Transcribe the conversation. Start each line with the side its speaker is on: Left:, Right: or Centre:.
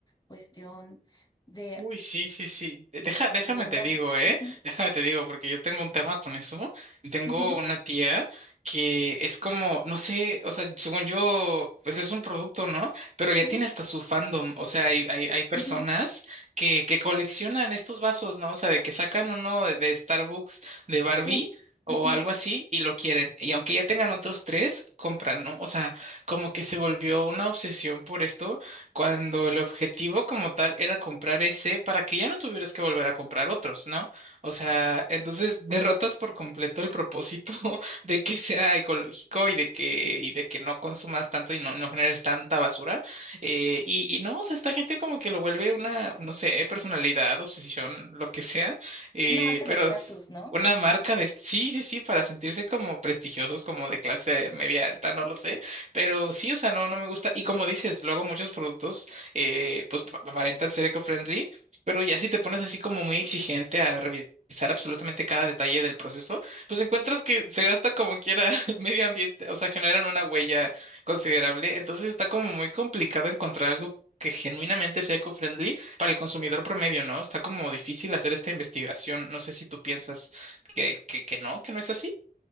Left: cuestión de,
Right: Uy, sí, sí, sí. De- Deja, déjame
Left: de ambiental.
Right: te digo, ¿eh?
Left: Ujú,
Right: Déjame te digo, porque yo tengo un tema con eso. Tengo
Left: ujú,
Right: una tía que es como, no sé, o sea, según yo, pues es un producto, ¿no? Pero ya
Left: ujú,
Right: tiene hasta su fandom. O sea, hay, hay, hay personas
Left: ujú,
Right: que, que coleccionan estos vasos, ¿no? O sea, de que sacan uno de, de Starbucks de Barbie.
Left: Sí. ujú.
Right: o algo así y lo quieren. Y aunque ya tengan otros tres, compran, ¿no? O sea, como que se volvió una obsesión por esto cuando el objetivo como tal era comprar ese para que ya no tuvieras que volver a comprar otros, ¿no? O sea, entonces derrotas por completo el propósito <laughs> de que sea ecológico y de que, y de que no consumas tanto y no, no generes tanta basura. Eh, y, y no, o sea, esta gente como que lo vuelve una, no sé, personalidad, obsesión, lo que sea, eh,
Left: Una marca
Right: pero...
Left: de estatus,
Right: es
Left: ¿no?
Right: Una marca de... Sí, sí, sí, para sentirse como prestigiosos, como de clase media alta, no lo sé. Pero sí, o sea, no, no me gusta. Y como dices, luego muchos productos eh, pues pa- aparentan ser eco-friendly, pero ya si te pones así como muy exigente a revisar absolutamente cada detalle del proceso, pues encuentras que se gasta como quiera <laughs> medio ambiente, o sea, generan una huella considerable. Entonces está como muy complicado encontrar algo que genuinamente sea eco-friendly para el consumidor promedio, ¿no? Está como difícil hacer esta investigación. No sé si tú piensas que, que, que no, que no es así.